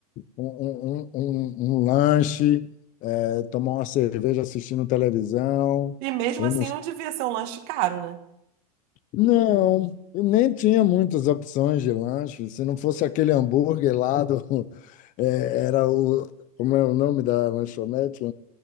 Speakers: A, on the left; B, on the right.
A: um, um, um- um lanche, eh, tomar uma cerveja assistindo televisão.
B: E mesmo
A: Eu
B: assim
A: não,
B: não devia ser um lanche caro, né?
A: não, eu nem tinha muitas opções de lanche. Se não fosse aquele hambúrguer lá do, <laughs> eh, era o, como é o nome da lanchonete?